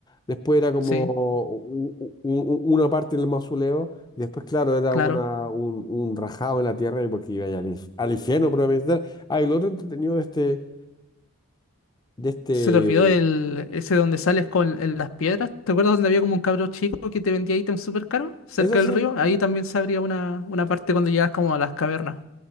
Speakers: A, on the left; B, on the left.
A: después era como
B: sí,
A: u- u- u- una parte del mausoleo, y después, claro, era
B: claro.
A: una, un, un rajado en la tierra y porque iba ya al, inf- al infierno probablemente. Ah, y lo otro entretenido de este, de este,
B: Se te olvidó el, ese donde sales con el- las piedras. ¿Te acuerdas donde había como un cabro chico que te vendía ítems súper caros cerca
A: eso
B: del
A: sí.
B: río? Ahí también se abría una, una parte cuando llegas como a las cavernas.